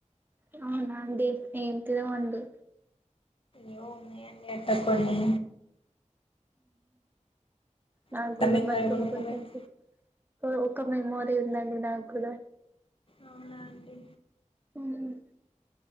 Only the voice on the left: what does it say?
ఏవో ఉన్నాయి అండి అట్లా కొన్ని
అట్లా
మెమొరబుల్
మూమెంట్స్
అవునా అండి